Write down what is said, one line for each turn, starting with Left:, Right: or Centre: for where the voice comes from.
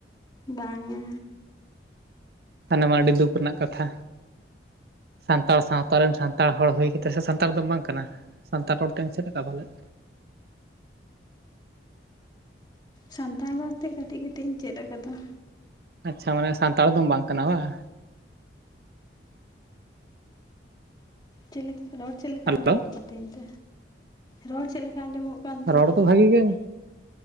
Left: ᱵᱟᱝᱟ᱾
Right: ᱛᱟᱱᱮ ᱢᱟ ᱟᱹᱰᱤ ᱫᱩᱠ ᱨᱮᱱᱟᱜ ᱠᱟᱛᱷᱟ᱾ ᱥᱟᱱᱛᱟᱲ ᱥᱟᱶᱛᱟ ᱨᱮᱱ ᱥᱟᱱᱛᱟᱲ ᱦᱚᱲ ᱦᱩᱭ ᱠᱟᱛᱮ, ᱥᱮ ᱥᱟᱱᱛᱟᱲ ᱫᱚᱢ ᱵᱟᱝ ᱠᱟᱱᱟ? ᱥᱟᱱᱛᱟᱲ ᱦᱚᱲ ᱛᱮᱢ ᱪᱮᱫ ᱠᱟ ᱯᱟᱞᱮᱫ?
Left: ᱥᱟᱱᱛᱟᱲ ᱨᱚᱲ ᱛᱮᱫ ᱠᱟᱹᱴᱤᱡ ᱠᱟᱹᱴᱤᱡ ᱤᱧ ᱪᱮᱫ ᱟᱠᱟᱫᱟ᱾
Right: ᱟᱪᱪᱷᱟ ᱢᱟᱱᱮ ᱥᱟᱱᱛᱟᱲ ᱫᱚᱢ ᱵᱟᱝ ᱠᱟᱱᱟ, ᱵᱟᱝ?
Left: ᱪᱮᱞᱮ ᱨᱚᱲ ᱪᱮᱫ ᱞᱮᱠᱟ
Right: ᱦᱮᱞᱳ
Left: ᱟᱸᱡᱚᱢᱚᱜ ᱠᱟᱹᱱ ᱛᱤᱧ ᱛᱮ? ᱨᱚᱲ ᱪᱮᱫ ᱞᱮᱠᱟ ᱟᱸᱡᱚᱢᱚᱜ ᱠᱟᱱ ᱛᱤᱧᱟᱹ
Right: ᱨᱚᱲ ᱫᱚ ᱵᱷᱟᱜᱮ ᱜᱮᱝ